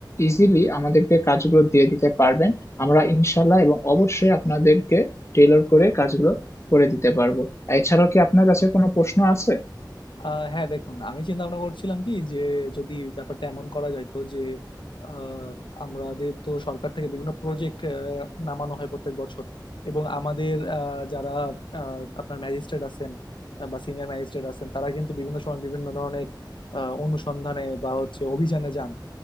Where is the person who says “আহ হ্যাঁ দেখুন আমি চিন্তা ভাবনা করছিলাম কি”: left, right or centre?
Left